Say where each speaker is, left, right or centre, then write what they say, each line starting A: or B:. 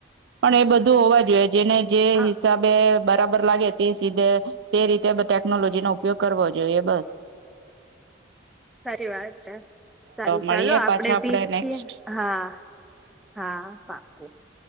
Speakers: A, on the right; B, in the centre.
A: પણ એ બધું હોવા જોઈએ જેને જે
B: હા
A: હિસાબે બરાબર લાગે તે સીધે તે રીતે ટેકનોલોજી નો ઉપયોગ કરવો જોઈએ બસ
B: સાચી વાત છે સારું
A: મળીએ
B: ચાલો આપડે
A: પાછા
B: ભી શીખીએ
A: નેક્સ્ટ
B: હા હા પાકું